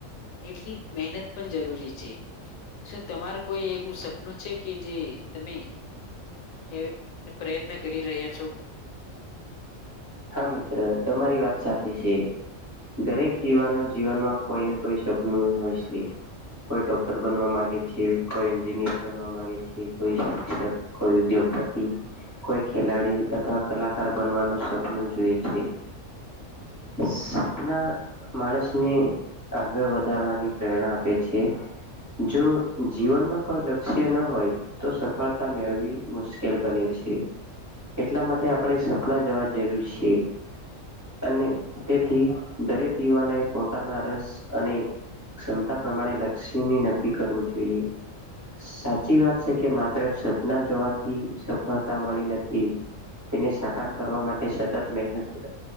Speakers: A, on the left (about 80°); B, on the right (about 15°).
A: એટલી મહેનત પણ જરૂરી છે શું તમાર કોઈ એવું સપનું છે કે જે તમે એ પ્રયત્ન કરી રહ્યા છો
B: હા, મિત્ર તમારી વાત સાચી છે દરેક યુવાનો જીવનમાં કોઈ ને કોઈ સપનું હોય છે કોઈ ડોક્ટર બનવા માંગે છે કોઈ એન્જિનિયર બનવા માંગે છે કોઈ શિક્ષક કોઈ ઉદ્યોગપતિ કોઈ ખેલાડી અથવા કલાકાર બનવાનું સપ આપણે જોઈએ છે, સપના માણસને આગળ વધારવાની પ્રેરણા આપે છે, જો જીવનમાં કોઈ લક્ષ્ય ન હોય તો સફળતા મેળવી મુશ્કેલ બને છે, એટલા માટે આપણે સપના જવા એવી છે અને તેથી દરેક યુવાનો એ પોતાના રસ અને ક્ષમતા પ્રમાણે લક્ષીની નક્કી કરવું જોઈએ સાચી વાત છે કે માત્ર સપના જોવાથી સફળતા મળી નથી તેને સાકાર કરવા માટે સતત મહેનત